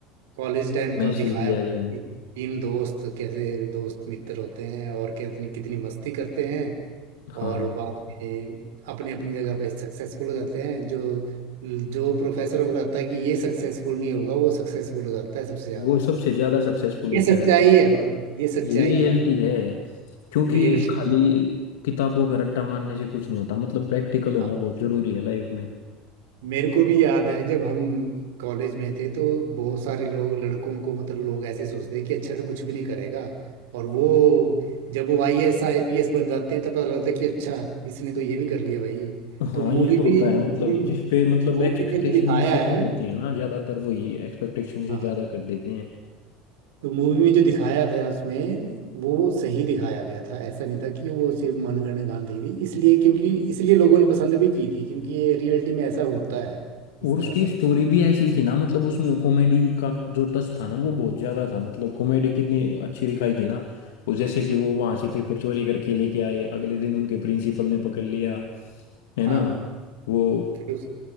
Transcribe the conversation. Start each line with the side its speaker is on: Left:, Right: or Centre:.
Right: कॉलेज टाइम
Left: मैसेज
Right: का दिखाया
Left: दिया
Right: हुआ
Left: गया
Right: है
Left: है
Right: कि तीन दोस्त कैसे दोस्त मित्र होते हैं और क्या अपनी कितनी मस्ती करते हैं
Left: हाँ
Right: और बाद में अपनी अपनी जगह पे सक्सेसफुल हो जाते हैं जो जो प्रोफेसरों को लगता है कि ये सक्सेसफुल नहीं होगा वो सक्सेसफुल हो जाता है सबसे ज्यादा
Left: वो सबसे ज्यादा सक्सेसफुल होता
Right: ये सच्चाई
Left: है और
Right: है और ये सच्चाई
Left: यही रियलिटी
Right: है
Left: है क्योंकि
Right: रियलिटी
Left: खाली
Right: है
Left: किताबों का रट्टा मारने से कुछ नहीं होता मतलब प्रैक्टिकल होना
Right: हाँ।
Left: बहुत जरूरी है लाइफ में
Right: मेरे को भी याद है जब हम कॉलेज में थे तो बहुत सारे लोग लड़कों को मतलब लोग ऐसे सोचते हैं कि अच्छा तो कुछ भी नहीं करेगा और वो जब वो आईएएस आईपीएस बन जाते हैं तब पता लगता है कि अच्छा इसने तो ये भी कर लिया भाई
Left: हाँ
Right: तो मूवी
Left: ये तो
Right: भी
Left: होता है
Right: मूवी
Left: मतलब जिस पे मतलब
Right: मूवी
Left: एक्सपेक्टेशन
Right: में जो दिखाया
Left: जिससे कम
Right: है
Left: होती है ना ज्यादातर वही एक्सपेक्टेशन से
Right: हाँ
Left: ज्यादा कर देते हैं
Right: तो मूवी में जो दिखाया था उसमें वो सही दिखाया गया था ऐसा नहीं था कि वो सिर्फ मनगढ़ंत गांधी थी इसलिए क्योंकि इसलिए लोगों ने पसंद भी की थी क्योंकि ये रियलिटी में ऐसा होता है इस
Left: और
Right: तरह
Left: उसकी
Right: से
Left: स्टोरी भी ऐसी थी ना मतलब उसमें कॉमेडी का जो टच था ना वो बहुत ज्यादा था मतलब कॉमेडी कितनी अच्छी दिखाई थी ना और जैसे कि वो वहां से पेपर चोरी करके लेके आए अगले दिन उनके प्रिंसिपल ने पकड़ लिया है
Right: हाँ
Left: ना वो
Right: फिर उस-